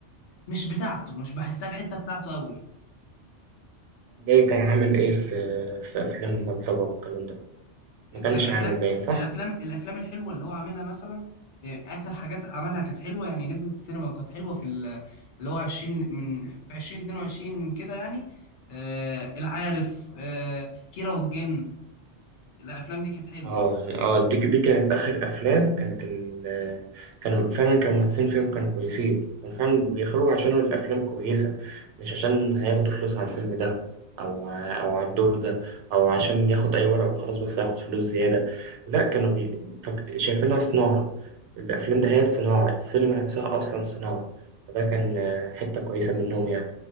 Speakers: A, on the left; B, on the right.
A: مش بتاعته مش بحسها الحته بتاعته قوي
B: زي كان عامل ايه في آه، في افلام بلطجه والكلام ده ما كانش
A: كان افلام
B: عامل باين صح
A: الافلام الافلام الحلوه اللي هو عاملها مثلا إيه، اخر حاجات عملها كانت حلوه يعني نزلت السينما وكانت حلوه في ال- اللي هو 20 من في 2022 كده يعني آه العارف آه كيرة والجن الافلام دي كانت حلوه
B: اه اه دي دي كانت اخر افلام كانت ال كانوا فعلا كانوا ممثلين فيهم كانوا كويسين كانوا فعلا بيخرجوا عشان الافلام كويسه مش عشان هياخدوا فلوس على الفيلم ده او ع- او على الدور ده او عشان ياخد اي ورقه وخلاص بس هياخد فلوس زياده لا كانوا بي... فك- شايفينها صناعه الافلام ده هي صناعه السينما نفسها اصلا صناعه فده كان آه، حته كويسه منهم يعني